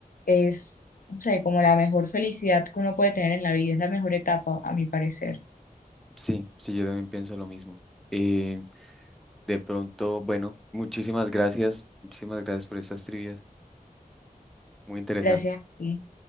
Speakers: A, on the left; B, in the centre.
A: es, no sé, como la mejor felicidad que uno puede tener en la vida, es la mejor etapa, a mi parecer.
B: Sí, sí, yo también pienso lo mismo. Eh, de pronto, bueno, muchísimas gracias, muchísimas gracias por estas trivias. Muy interesante.
A: Gracias a ti.